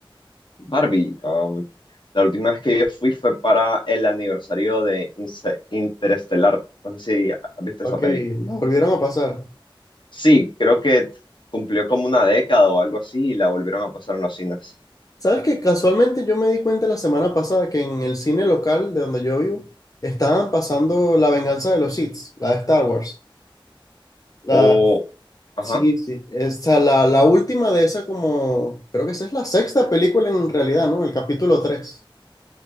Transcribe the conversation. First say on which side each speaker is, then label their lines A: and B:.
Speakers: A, on the left; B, on the left.
A: Barbie, um, la última vez que yo fui fue para el aniversario de Inse- Interestelar. No sé si viste
B: Ok,
A: esa peli.
B: la volvieron a pasar.
A: Sí, creo que cumplió como una década o algo así y la volvieron a pasar en los cines.
B: Sabes que casualmente yo me di cuenta la semana pasada que en el cine local de donde yo vivo estaban pasando La Venganza de los Sith, la de Star Wars. La,
A: O, ajá,
B: sí, sí, esa, la, la última de esa como, creo que esa es la sexta película en realidad, ¿no? El capítulo 3.